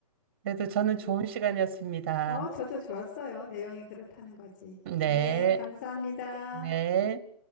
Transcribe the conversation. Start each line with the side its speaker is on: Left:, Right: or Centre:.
Right: 그래도 저는
Left: 음.
Right: 좋은 시간이었습니다.
Left: 어, 저도 좋았어요. 내용이 그렇다는 거지.
Right: 네,
Left: 네, 감사합니다.
Right: 네.